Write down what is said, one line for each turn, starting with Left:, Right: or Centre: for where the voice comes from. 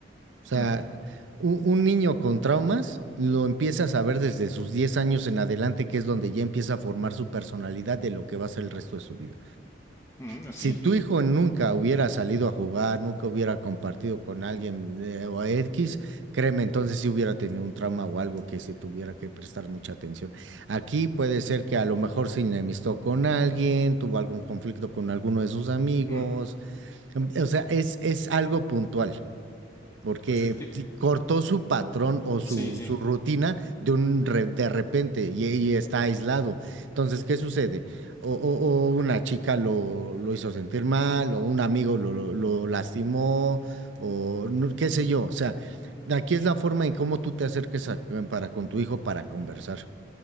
Right: O sea,
Left: mm,
Right: un, un niño con traumas lo empiezas a ver desde sus 10 años en adelante, que es donde ya empieza a formar su personalidad de lo que va a ser el resto de su vida.
Left: mm, así.
Right: Si tu hijo nunca hubiera salido a jugar, nunca hubiera compartido con alguien eh, o X, créeme, entonces sí hubiera tenido un trauma o algo que se tuviera que prestar mucha atención. Aquí puede ser que a lo mejor se enemistó con alguien, tuvo algún conflicto con alguno de sus amigos.
Left: Mm,
Right: em, O sea, es, es algo puntual porque
Left: Pues te- te-
Right: ti- cortó su patrón o su,
Left: sí, sí.
Right: su rutina de un re- de repente y, y está aislado. Entonces, ¿qué sucede? O, o- o una chica lo, lo hizo sentir mal, o un amigo lo, lo- lo lastimó, o no- qué sé yo. O sea, aquí es la forma en cómo tú te acerques a- para con tu hijo para conversar.